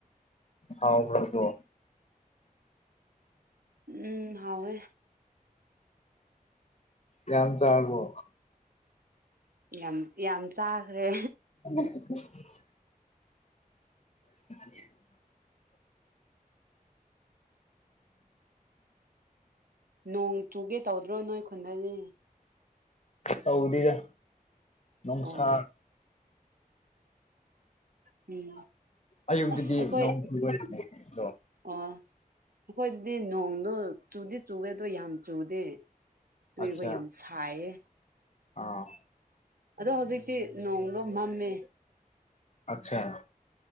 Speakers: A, on the left (about 50°); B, on the right (about 80°).
A: ꯍꯥꯎꯕ꯭ꯔꯥ ꯑꯗꯣ
B: ꯎꯝ ꯍꯥꯎꯋꯦ
A: ꯌꯥꯝ ꯆꯔꯥꯕꯣ
B: ꯌꯥꯝ ꯌꯥꯝ ꯆꯥꯈ꯭ꯔꯦ
A: <unintelligible> <inaudible>
B: ꯅꯣꯡ ꯆꯨꯒꯦ ꯇꯧꯗ꯭ꯔꯣ ꯅꯣꯏ ꯈꯨꯟꯗꯅꯤ
A: ꯇꯧꯗꯤꯔ ꯅꯨꯡꯁꯥ
B: ꯑꯣ ꯎꯝ
A: ꯑꯌꯨꯛꯇꯗꯤ
B: ꯑꯁ ꯑꯩꯈꯣꯏ
A: ꯅꯣꯡ ꯆꯨꯕꯗꯣ
B: ꯑꯣ ꯑꯩꯈꯣꯏꯗꯗꯤ ꯅꯣꯡꯗꯣ ꯆꯨꯗꯤ ꯆꯨꯋꯦ ꯑꯗꯣ ꯌꯥꯝ ꯆꯨꯗꯦ ꯇꯣꯏꯕ
A: ꯑꯠꯆꯥ
B: ꯌꯥꯝ ꯁꯥꯏꯌꯦ
A: ꯑꯥ
B: ꯑꯗꯣ ꯍꯧꯖꯤꯛꯇꯤ ꯅꯣꯡꯗꯣ ꯃꯝꯃꯦ
A: ꯑꯛꯁꯥ